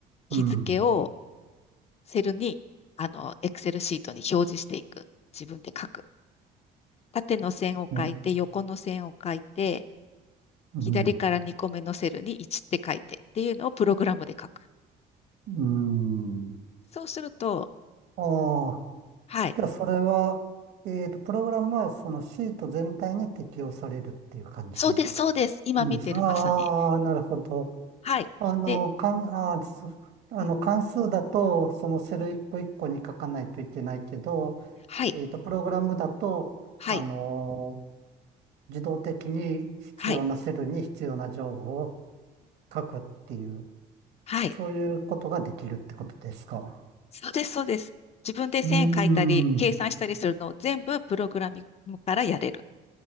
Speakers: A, on the left (about 40°); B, on the right (about 75°).
A: 日付を
B: うん。
A: セルに、あの、エクセルシートに表示していく。自分で書く。縦の線を書いて、
B: ね、
A: 横の線を書いて、
B: うん。
A: 左から2個目のセルに1って書いてっていうのをプログラムで書く。
B: うん。
A: そうすると、
B: ああ、
A: はい。
B: じゃあそれは、えっと、プログラムはそのシート全体に適用されるっていう感じ。
A: そうです、
B: で
A: そうです。今見てる、
B: なんですが、ああ、
A: まさに。
B: なるほど。
A: はい。
B: あの、
A: で、
B: かん、あー、そあの、
A: うん、
B: 関数だと、そのセル一個一個に書かないといけないけど、
A: うん。はい、
B: えっと、プログラムだと、
A: はい、
B: あの、自動的に必要なセルに必要な情報を
A: はい、
B: 書くっていう、
A: はい。
B: そういうことができるってことですか。
A: そうです、そうです。自分で線書いたり、
B: うーん、
A: 計算したりするのを全部プログラミングからやれる。
B: う